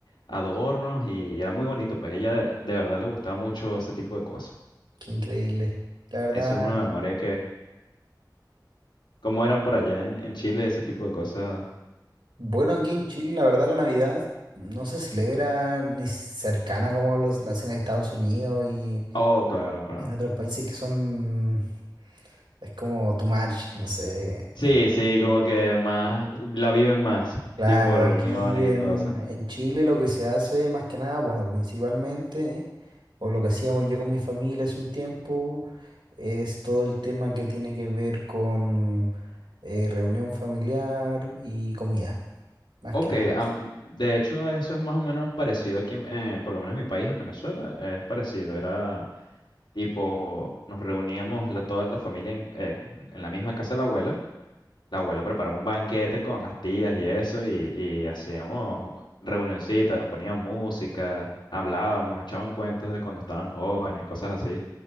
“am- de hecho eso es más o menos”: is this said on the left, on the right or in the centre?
Left